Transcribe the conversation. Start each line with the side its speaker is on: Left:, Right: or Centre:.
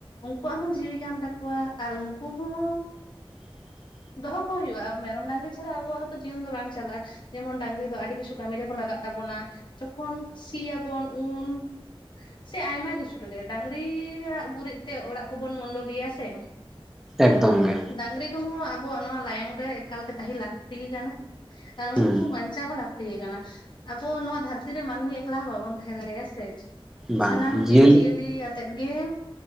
Left: ᱩᱱᱠᱩᱣᱟᱜ ᱦᱚᱸ ᱡᱤᱣᱤ ᱠᱟᱱ ᱛᱟᱠᱚᱣᱟ ᱟᱨ ᱩᱱᱠᱩ ᱦᱚᱸ
Centre: <unintelligible>
Left: ᱫᱚᱦᱚ ᱠᱚ ᱦᱩᱭᱩᱜ-ᱟ ᱢᱮᱨᱚᱢ ᱰᱟᱝᱨᱤ ᱪᱷᱟᱲᱟ ᱟᱵᱚᱣᱟᱜ ᱦᱚᱸᱛᱚ ᱡᱤᱭᱚᱱ ᱫᱚ ᱵᱟᱝ ᱪᱟᱞᱟᱜ-ᱟ ᱾ ᱡᱮᱢᱚᱱ ᱰᱟᱝᱨᱤ ᱫᱚ ᱟᱹᱰᱤ ᱠᱤᱪᱷᱩ ᱠᱟᱹᱢᱤ ᱨᱮᱠᱚ ᱞᱟᱜᱟᱜ ᱛᱟᱵᱚᱱᱟ ᱡᱚᱠᱷᱚᱱ ᱥᱤ ᱟᱵᱚᱱ ᱩᱱ᱾ ᱥᱮ ᱟᱭᱢᱟ ᱠᱤᱪᱷᱩ ᱨᱮᱜᱮ ᱰᱟᱝᱜᱨᱤᱭᱟᱜ ᱜᱩᱨᱤᱡ ᱛᱮ ᱚᱲᱟᱜ ᱠᱚᱵᱚᱱ ᱢᱳᱰᱚᱞᱤᱭᱟ ᱥᱮ
Centre: ᱮᱠᱫᱚᱢ ᱜᱮ
Left: ᱰᱟᱝᱨᱤ ᱠᱚᱦᱚ ᱟᱵᱚᱣᱟᱜ ᱱᱚᱣᱟ ᱞᱟᱭᱚᱝ ᱨᱮ ᱮᱠᱟᱞ ᱜᱮ ᱛᱟᱸᱦᱮ ᱞᱟᱹᱠᱛᱤ ᱠᱟᱱᱟ ᱟᱨ
Centre: ᱦᱩᱸ
Left: ᱩᱱᱠᱩ᱾ ᱪᱟᱧᱪᱟᱣ ᱦᱚᱸ ᱞᱟᱹᱠᱛᱤ ᱜᱮ ᱠᱟᱱᱟ ᱟᱵᱚ ᱱᱚᱣᱟ ᱫᱷᱟᱹᱨᱛᱤ ᱨᱮ ᱢᱟᱹᱱᱢᱤ ᱮᱠᱞᱟ ᱦᱚᱸ ᱵᱟᱵᱚᱱ ᱛᱟᱦᱮᱸ ᱫᱟᱲᱮᱭᱟᱜ-ᱟ ᱥᱮ ᱾
Centre: ᱵᱟᱝ
Left: ᱥᱟᱱᱟᱢ
Centre: ᱡᱤᱭᱟᱹᱞᱤ
Left: ᱡᱤᱵᱡᱤᱭᱟᱹᱞᱤ ᱟᱛᱮ ᱜᱮ